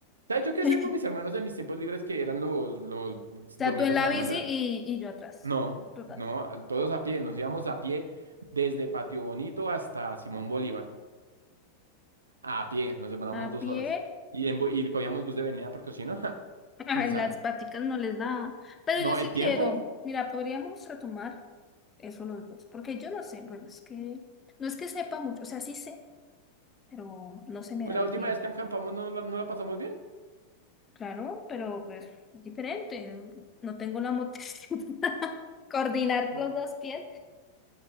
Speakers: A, on the right (about 75°); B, on the left (about 20°).
A: ¿Sabes yo qué
B: <laughs>
A: hacía con mis hermanos en mis tiempos libres que eran los, los
B: O sea,
A: domingos
B: tú en la
A: a la
B: bici
A: mañana?
B: y, y yo atrás,
A: No,
B: trotando.
A: no, al- todos a pie. Nos íbamos a pie desde Patio Bonito hasta Simón Bolívar. A pie, nos demoramos
B: A
A: dos
B: pie.
A: horas. Y, en, bu- y cogíamos bus de venida porque si no, ja,
B: <laughs> Ay,
A: quién sabe.
B: las paticas no les da. Pero
A: No,
B: yo sí
A: el
B: quiero.
A: tiempo,
B: Mira, podríamos retomar eso los dos. Porque yo no sé, bueno, es que no es que sepa mucho. O sea, sí sé, pero no se me
A: pues
B: da
A: la
B: muy
A: última
B: bien.
A: vez que acampamos no, la, no la pasamos bien.
B: Claro, pero pues es diferente. No No tengo la motricidad. <laughs> Coordinar
A: Bu-
B: los dos pies.